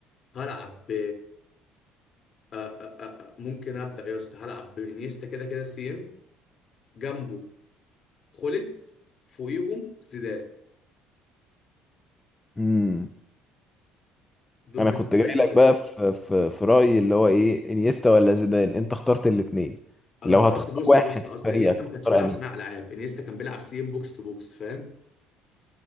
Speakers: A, on the left (about 50°); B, on the left (about 15°).
A: هلعب ب آه آه آه آه، ممكن ابدا يا اسطى هلعب بانيستا كده كده سي ام جنبه خلت فوقيهم زيدان
B: امم
A: دول
B: انا
A: بالنسبه
B: كنت جاي
A: لي ثلاثه
B: لك بقى في في في رأيي اللي هو ايه انيستا ولا زيدان انت اخترت الاتنين
A: انا
B: لو
A: اخترت
B: هتختار
A: بص
B: واحد
A: بص اصل
B: في فريقك
A: انيستا
B: تختار
A: ما كانش بيلعب
B: انهي
A: صناع العاب انيستا كان بيلعب سيم بوكس تو بوكس فاهم